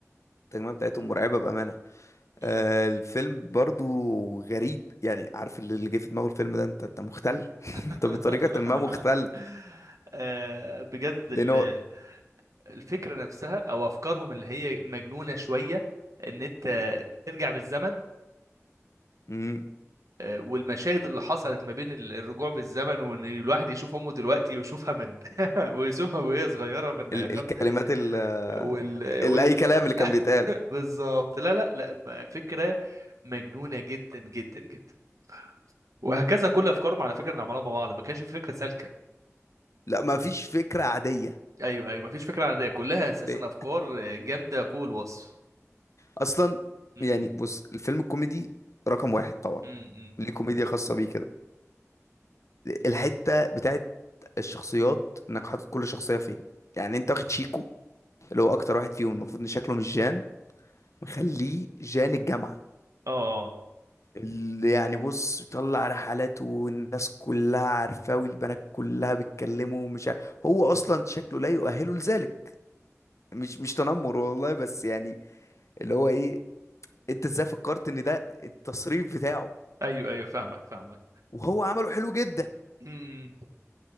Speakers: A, on the left (about 65°); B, on the right (about 80°).
A: التجميعة بتاعتهم مرعبة بأمانة آه
B: مم.
A: الفيلم برضو غريب يعني عارف اللي اللي جه في دماغه الفيلم ده انت انت مختل <laughs>
B: <laughs>
A: انت بطريقة ما مختل
B: آه، بجد ال-
A: لأنه
B: الفكرة نفسها او افكارهم اللي هي مجنونة شوية ان انت ترجع بالزمن
A: مم.
B: آه، والمشاهد اللي حصلت ما بين ال- الرجوع بالزمن وان الواحد يشوف امه دلوقتي ويشوفها من <laughs> ويشوفها وهي صغيرة من
A: ال
B: خمس
A: الكلمات ال
B: وال
A: ال
B: وال
A: اي كلام اللي
B: <laughs>
A: كان بيتقال
B: بالظبط لا لا لا ما- فكرة مجنونة جدا جدا جدا وهكذا كل افكارهم على فكرة اللي عملوها مع بعض ما كانش في فكرة سالكة
A: لا ما فيش فكرة عادية
B: ايوه ايوه ما فيش فكرة عادية كلها اساسا
A: ليه
B: افكار جامدة فوق الوصف
A: اصلا
B: امم
A: يعني بص الفيلم الكوميدي رقم واحد طبعا
B: امم
A: ليه كوميديا خاصة بيه كده الحتة بتاعت الشخصيات انك حاطط كل شخصية فين يعني انت واخد شيكو اللي هو اكتر واحد فيهم المفروض ان شكله مش جان مخليه جان الجامعة
B: اه آه.
A: اللي يعني بص طلع رحلات والناس كلها عارفاه والبنات كلها بيتكلموا ومش عارف هو اصلا شكله لا يؤهله لذلك مش مش تنمر والله بس يعني اللي هو ايه انت ازاي فكرت ان ده التصريف بتاعه
B: ايوه ايوه فاهمك فاهمك
A: وهو عمله حلو جدا
B: امم